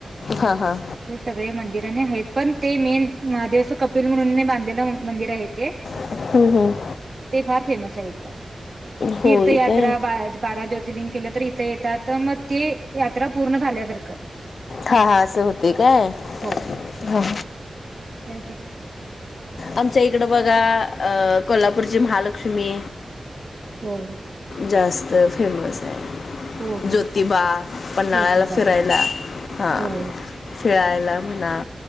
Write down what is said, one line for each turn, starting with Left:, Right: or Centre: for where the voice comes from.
Left: हा हा.
Right: सगळ्या मंदिरानी आहेत पण ते मेन महादेवचं कपिल म्हणूने बांधलेलं मंदिर आहे ते.
Left: हम्, हम्म.
Right: ते फार फेमस आहे इथ
Left: होय
Right: तीर्थयात्रा
Left: काय
Right: बारा ज्योतर्लिंग. तर इथे येतात मग ते यात्रा पूर्ण झाल्यावर का.
Left: हा हा असं होते काय.
Right: हो.
Left: हा.
Right: जयकट.
Left: आमच्या इकडं बघा अ कोल्हापूरची महालक्ष्मी
Right: हो.
Left: जास्त फेमस आहे
Right: हो हो
Left: ज्योतिबा पन्हाळ्याला
Right: ज्योतिबा
Left: फिरायला. हा
Right: हो
Left: खेळायला म्हणा